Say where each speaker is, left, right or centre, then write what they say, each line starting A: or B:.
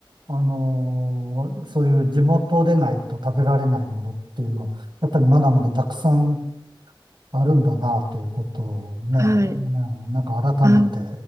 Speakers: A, on the right; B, on the right.
A: あのーそういう地元でないと食べられないものっていうの、やっぱりまだまだたくさんあるんだなということをね、
B: はい。
A: うんなんか改めて
B: あ